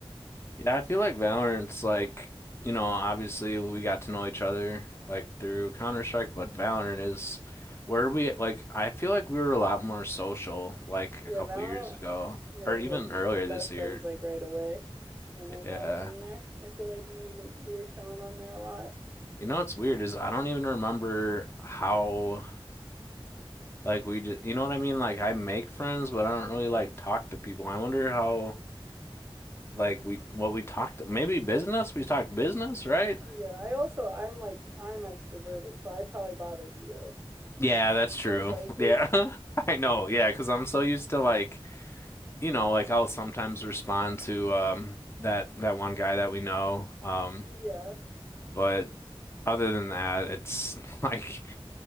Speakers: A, on the left; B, on the right.
A: Yeah, I feel like Valorant's like, you know, obviously we got to know each other like through Counter-Strike, but Valorant is where we like I feel like we were a lot more social like
B: Yeah,
A: a couple
B: Valorant.
A: years ago
B: Yeah,
A: or
B: we
A: even
B: like became
A: earlier
B: best
A: this year.
B: friends like right away when I found
A: Yeah.
B: you on there. I feel like, and we've been we were chilling on there a lot.
A: You know what's weird is I don't even remember how like we did, you know what I mean? Like I make friends, but I don't really like talk to people. I wonder how like we what we talked maybe business? We talked business, right?
B: Yeah, I also I'm like I'm extroverted, so I probably bothered you
A: Yeah, that's true.
B: most likely.
A: Yeah. <laughs> I know. Yeah, 'cause I'm so used to like, you know, like I'll sometimes respond to um that that one guy that we know. Um,
B: Yeah,
A: but other than that, it's <laughs> like